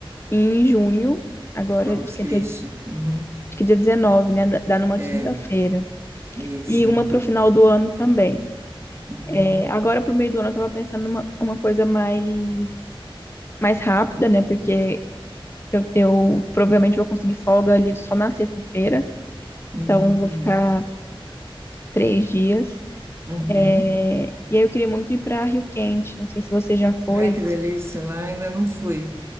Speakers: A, on the left (about 25°); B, on the right (about 25°).
A: em junho, agora,
B: Corpus
A: acho que
B: Christi.
A: é dia, acho
B: Uhum.
A: que é dia 19, né? Dá dá numa
B: É,
A: quinta-feira.
B: isso.
A: e uma para o final do ano também.
B: Uhum.
A: É, agora, para o meio do ano, eu estava pensando numa uma coisa mais, mais rápida, né? Porque eu, eu provavelmente vou conseguir folga ali só na sexta-feira,
B: Uhum.
A: então vou ficar três dias.
B: Uhum.
A: É, e aí eu queria muito ir para Rio Quente, não sei se você já foi.
B: Ai, que delícia, lá ainda não fui,